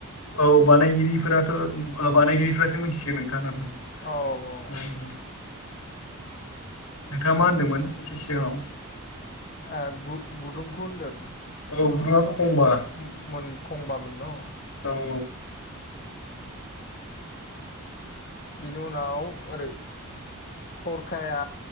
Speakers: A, on the left; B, on the left.
A: औ बानायगिरिफोराथ' ओ बानायगिरिफोरा। मिथिसिगोन नोंथां
B: औ
A: नोंथाङा
B: औ
A: नोंथाङा मा होनदोंमोन एसे सिगाङाव
B: ए गु गुदुंखौ होनदों।
A: औ
B: गुदुङाथ'
A: गुदुङा खमबा औ
B: मोन खंबामोन न' ओम
A: औ औ
B: ओम बेनि उनाव ओरै थरखाया